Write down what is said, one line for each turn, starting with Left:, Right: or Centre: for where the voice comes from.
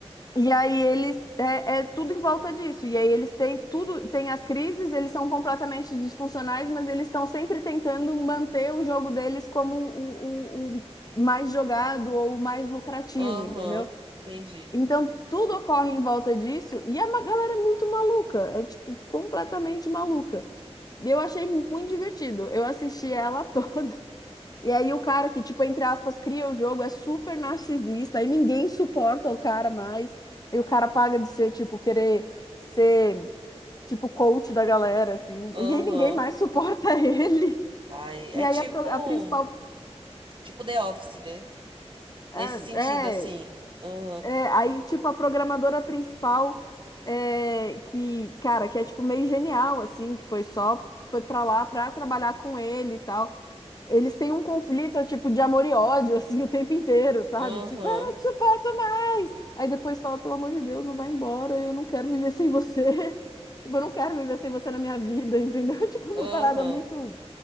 Left: e aí eles é, é tudo em volta disso. E aí eles têm tudo, tem as crises, eles são completamente disfuncionais, mas eles estão sempre tentando manter o jogo deles como o, o o mais jogado ou o mais lucrativo,
Right: Aham.
Left: entendeu?
Right: Entendi.
Left: Então, tudo ocorre em volta disso e a ma- galera é muito maluca, é tipo completamente maluca. Eu achei muito divertido. Eu assisti ela <laughs> toda. E aí o cara que, tipo, entre aspas, cria o jogo é super narcisista aí ninguém suporta o cara mais. E o cara paga de ser, tipo, querer ser, tipo, coach da galera, assim.
Right: Aham.
Left: E aí ninguém mais suporta <laughs> ele.
Right: Ai, é
Left: E aí
Right: tipo,
Left: a, pro- a principal.
Right: tipo The Office, né?
Left: É,
Right: Nesse sentido,
Left: é.
Right: assim. Aham.
Left: É, aí, tipo, a programadora principal, é, que, cara, que é, tipo, meio genial, assim, que foi só, foi pra lá pra trabalhar com ele e tal. Eles têm um conflito, tipo, de amor e ódio, <laughs> assim, o tempo inteiro, sabe?
Right: Aham.
Left: Tipo, eu não te suporto mais! Aí depois fala, pelo amor de Deus, não vai embora, eu não quero viver sem você. <laughs> Tipo, eu não quero viver sem você na minha vida, entendeu? <laughs> Tipo,
Right: Aham.
Left: uma parada muito...